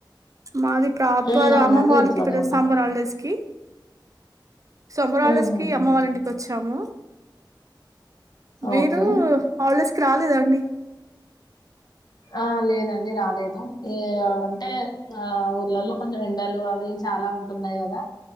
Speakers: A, on the right; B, on the left.
A: మాది ప్రాపర్
B: మ్మ్ అవునండి
A: అమ్మమ్మ వాలంటి
B: ఇంట్లోనే
A: త
B: ఉన్నాం
A: సాంబార్ హాలిడేస్ కి సమ్మర్ హాలిడేస్
B: మ్మ్ హ్మ్
A: కి అమ్మ వాళ్ళ
B: హ్మ్
A: ఇంటికి వచ్చాము మీరు
B: ఓకే
A: హాలిడేస్ రాలేదాండి
B: ఆ లేదండి రాలేదు ఏ అంటే ఆ ఊర్లల్లో కొంచెం ఎండలు అవి చాలా ఉంటున్నాయి కదా